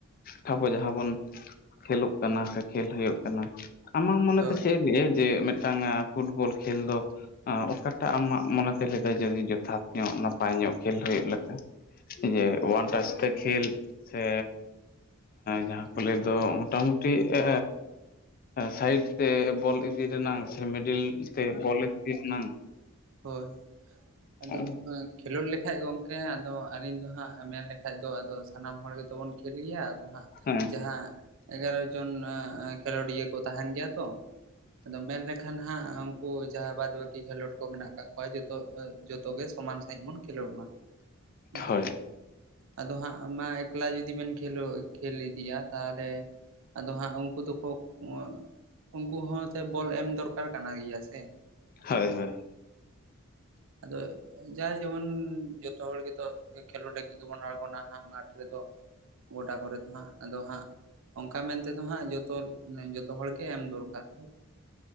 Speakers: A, on the left (about 40°); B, on the right (about 65°).
A: ᱟᱷᱟᱵᱚ ᱡᱟᱦᱟᱸ ᱵᱚᱱ ᱠᱷᱮᱞᱳᱜ ᱠᱟᱱᱟ ᱥᱮ ᱠᱷᱮᱞ ᱦᱩᱭᱩᱜ ᱟᱢᱟᱜ ᱢᱚᱱᱮ
B: ᱦᱳᱭ
A: ᱫᱚ ᱪᱮᱫ ᱡᱮ ᱢᱤᱫᱴᱟᱝ ᱯᱷᱩᱴᱵᱚᱞ ᱠᱷᱮᱞ ᱫᱚ ᱚᱠᱟᱴᱟᱜ ᱟᱢᱟᱜ ᱢᱚᱱᱮᱛᱮ ᱞᱟᱹᱭᱟ ᱡᱚᱫᱤ ᱡᱚᱛᱷᱟᱛ ᱧᱚᱜ ᱱᱟᱯᱟᱭ ᱧᱚᱜ ᱠᱷᱮᱞ ᱦᱩᱭᱩᱜ ᱞᱮᱠᱟ ᱡᱮ ᱚᱣᱟᱱ ᱴᱟᱪ ᱛᱮ ᱠᱷᱮᱞ ᱥᱮ ᱡᱟᱦᱟᱸ ᱠᱚᱞᱮ ᱫᱚ ᱢᱳᱴᱟᱢᱩᱴᱤ ᱮ ᱥᱟᱭᱤᱰ ᱛᱮ ᱵᱚᱞ ᱤᱫᱤ ᱨᱮᱱᱟᱝ ᱥᱮ ᱢᱤᱰᱤᱞ ᱛᱮ ᱵᱚᱞ ᱤᱫᱤ ᱨᱮᱱᱟᱝ
B: ᱦᱳᱭ ᱟᱫᱚ
A: ᱦᱮᱸ
B: ᱠᱷᱮᱞᱳᱰ ᱞᱮᱠᱷᱟᱡ ᱜᱚᱢᱠᱮ ᱟᱫᱚ ᱟᱹᱞᱤᱧ ᱫᱚ ᱦᱟᱸ ᱢᱮᱱ ᱞᱮᱠᱷᱷᱟ ᱫᱚ ᱟᱫᱚ ᱥᱟᱱᱟᱢ ᱦᱚᱲ ᱜᱮ ᱵᱚᱱ ᱠᱷᱮᱞ ᱜᱮᱭᱟ ᱟᱫᱚ ᱦᱟᱸᱜ
A: ᱦᱮᱸ
B: ᱡᱟᱦᱟᱸ ᱮᱜᱟᱨᱚ ᱡᱚᱱ ᱠᱷᱮᱞᱳᱰᱤᱭᱟᱹ ᱠᱚ ᱛᱟᱦᱮᱱ ᱜᱮᱭᱟ ᱛᱚ ᱟᱫᱚ ᱢᱮᱱ ᱞᱮᱠᱷᱟᱱ ᱮᱱᱠᱷᱟᱱ ᱦᱟᱸᱜ ᱩᱱᱠᱩ ᱡᱟᱦᱟᱸᱭ ᱵᱟᱫ ᱵᱟᱹᱠᱤ ᱠᱷᱮᱞᱳᱰ ᱠᱚ ᱢᱮᱱᱟᱜ ᱠᱟᱜ ᱠᱚᱣᱟᱭ ᱡᱚᱛᱚ ᱡᱚᱛᱚᱜ ᱜᱮ ᱥᱚᱢᱟᱱ ᱥᱟᱺᱦᱤᱡ ᱵᱚᱱ ᱠᱷᱮᱞᱳᱰ ᱢᱟ ᱦᱮᱸᱥᱮ
A: ᱦᱳᱭ
B: ᱟᱫᱚ ᱦᱟᱸᱜ ᱢᱟ ᱮᱠᱞᱟ ᱡᱩᱫᱤ ᱵᱮᱱ ᱠᱷᱮᱞ ᱠᱷᱮᱞ ᱤᱫᱤᱭᱟ ᱛᱟᱦᱚᱞᱮ ᱟᱫᱚ ᱦᱟᱸᱜ ᱩᱱᱠᱩ ᱫᱚᱠᱚ ᱚᱸ ᱩᱱᱠᱩ ᱦᱚᱸ ᱵᱚᱞ ᱮᱢ ᱫᱚᱨᱠᱟᱨ ᱠᱟᱱᱟ ᱜᱮᱭᱟ ᱥᱮ
A: ᱦᱳᱭ ᱦᱳᱭ
B: ᱟᱫᱚ ᱡᱟᱭ ᱡᱮᱢᱚᱱ ᱡᱚᱛᱚ ᱦᱚᱲ ᱜᱮᱛᱚ ᱠᱷᱮᱞᱳᱰ ᱞᱟᱹᱜᱤᱫ ᱜᱮᱵᱚᱱ ᱟᱬᱜᱚᱱᱟ ᱦᱟᱸᱜ ᱢᱟᱴᱷ ᱨᱮᱫᱚ ᱜᱚᱴᱟ ᱠᱚᱨᱮ ᱫᱚ ᱦᱟᱸᱜ ᱟᱫᱚ ᱦᱟᱸᱜ ᱚᱱᱠᱟ ᱢᱮᱱᱛᱮᱫᱚ ᱦᱟᱸᱜ ᱡᱚᱛᱚ ᱡᱚᱛᱚ ᱦᱚᱲᱜᱮ ᱮᱢ ᱫᱚᱨᱠᱟᱨ